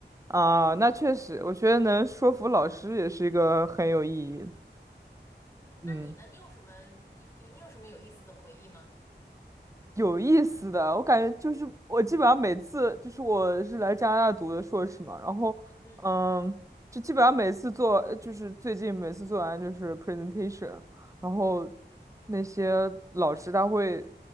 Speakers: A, on the right (about 15°); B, on the left (about 15°).
A: 啊，那确实，我觉得能说服老师也是一个很有意义的
B: 嗯，
A: 嗯。
B: 那你呢？你有什么一有你有什么有意思的回忆吗？
A: 有意思的，我感觉就是我基本上每次就是我是来加拿大读的硕士嘛，然后嗯，
B: 嗯
A: 就基本上每次做呃就是最近每次做完就是 presentation，然后
B: 嗯。
A: 那些老师他会